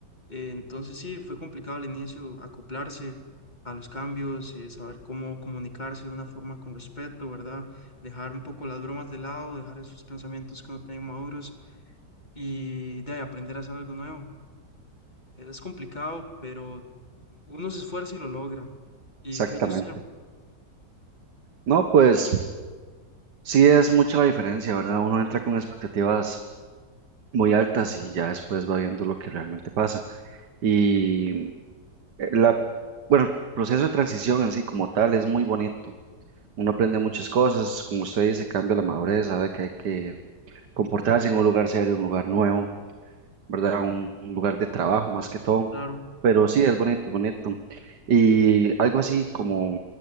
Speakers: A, on the left; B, on the right.
A: Eh, entonces sí, fue complicado al inicio acoplarse a los cambios, eh, saber cómo comunicarse de una forma con respeto, ¿verdad? Dejar un poco las bromas de lado, dejar esos pensamientos que uno tiene maduros y de ahí aprender a hacer algo nuevo. Es complicado, pero uno se esfuerza y lo logra. ¿Y
B: Exactamente.
A: qué hay de usted?
B: No, pues sí es mucha la diferencia, ¿verdad? Uno entra con expectativas muy altas y ya después va viendo lo que realmente pasa. Y eh, La, bueno, el proceso de transición en sí como tal es muy bonito. Uno aprende muchas cosas, como usted dice, cambia la madurez, sabe que hay que comportarse en un lugar serio, un lugar nuevo, ¿verdad? Un, un lugar de trabajo más que todo.
A: Claro,
B: Pero sí, es bonito, es bonito. Y algo así como